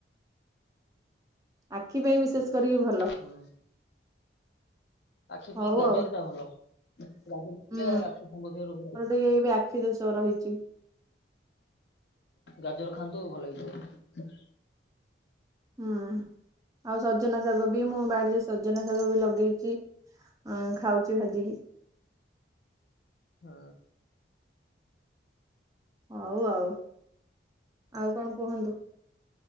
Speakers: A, on the right; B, on the left.
A: ଆଖି ପାଇଁ ବିଶେଷ କରିକି ଭଲ।
B: ହୁଁ। ଆଖି
A: ହଉ
B: ପାଇଁ ଗାଜରଟା
A: ଆଉ
B: ଭଲ। <unintelligible>
A: ହୁଁ
B: ସମ୍ବଧ ରୋଗ
A: ମୋର ଟିକେ ଏବେ ଆଖି ଦୋଷ ରହିଛି
B: ଗାଜର ଖାଆନ୍ତୁ ଭଲ ହେଇଯିବେ।
A: ହୁଁ ଆଉ ସଜନା ଶାଗ ବି ମୁଁ ବାଡ଼ିରେ ସଜନା ଶାଗ ବି ଲଗେଇଚି। ଅଁ ଖାଉଛି ଭାଜିକି।
B: ହଁ।
A: ହଉ ଆଉ। ଆଉ କଣ କୁହନ୍ତୁ?